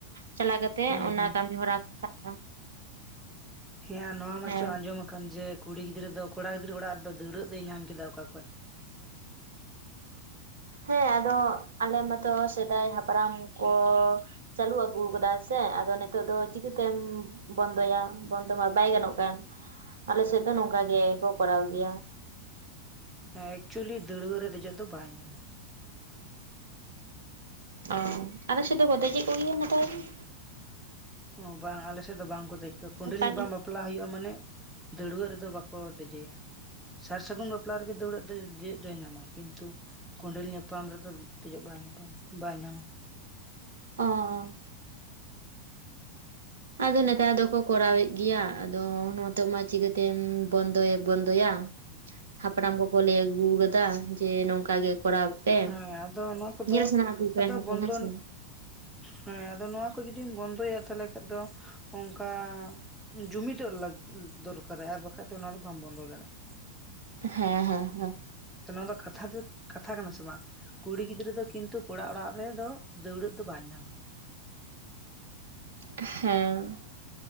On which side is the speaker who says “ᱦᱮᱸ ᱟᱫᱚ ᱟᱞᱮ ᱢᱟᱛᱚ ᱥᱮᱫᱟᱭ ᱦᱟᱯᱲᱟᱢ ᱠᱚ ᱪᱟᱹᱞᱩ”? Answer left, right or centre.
Right